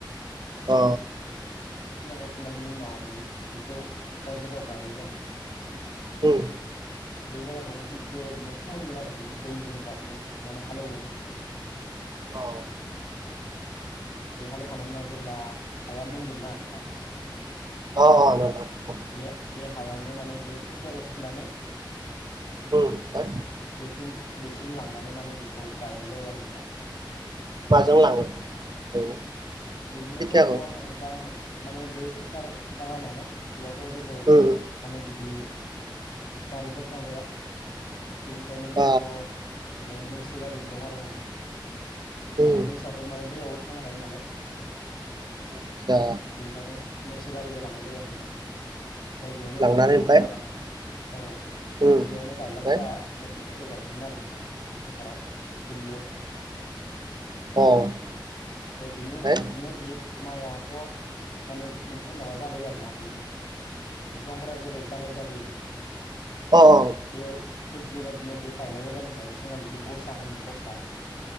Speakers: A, on the right (about 60°); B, on the left (about 80°).
A: अ।
B: खोथियाखौ फुनायनि उनाव माने बेखौ जाय जायगायाव गायैगोन
A: उम।
B: बे जायगाखौबो थिग बेबायदिनो फोमोनगोन आरोखि दैजों जाबजों माने हालेवगोन
A: औ।
B: बे हालेवखांनायनि उनाव जेब्ला हाया मोनगोन ना नोंथां
A: अ अ नोंथां। उम
B: बे बे हायावनो माने बे खोथियाखौ फुनानै
A: ओमफ्राय
B: बेसिम बेसिम लांनानै माने बेखौ गायनाय जायो आरो नोंथां।
A: माजों लाङो ओरैनो
B: बिदिनो
A: खोथियाखौ
B: जोंनाथ' नोंथां माने बे फोथार जागा नालाय बेयावथ' जेबो
A: उम
B: माने बिदि गारिफोर थांजाया। बेनिखायनो जोंनावथ'
A: अ
B: माने मैसो गारि दङ' आरो माने।
A: उम
B: माने मैसोआथ' माने दैयावबो थांनो हायो नालाय।
A: आतसा
B: बेनिखायनो मैसो गारिजों लांनाय जायो आरो नोंथां। ओमफाय बेयावनो
A: लांनानै
B: बे खोथियाखो
A: ओमफ्राय
B: राननानै औ
A: उम
B: बेयावनो गायग्राफोरा
A: ओमफ्राय
B: बे खोथियाखौ गायसिगोन आरो नोंथां फोथाराव दुब्लियाव।
A: अ ओमफ्राय
B: औ ओ बेनि उनाव
A: अ
B: बि दिनो बे माइयाथ' माने मोनसे माबा जाबाय आरो ना बिनि बिफांफोरा जेरै दालाय जाबोयो
A: अ अ।
B: बेबाय थिग बेबायदिनो बे गायनाय जायगानिफ्राय जोंहा बेखौ गसा होनो गसा।